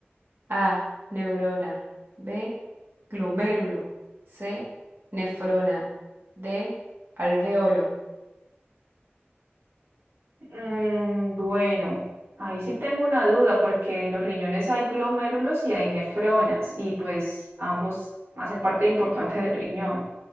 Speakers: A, on the right; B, on the right.
A: A. Neurona. B. Glomérulo. C. Nefrona. D. Alveolo.
B: Mm, bueno, ahí sí tengo una duda porque en los riñones hay glomérulos y hay nefronas y pues ambos hacen parte importante del riñón.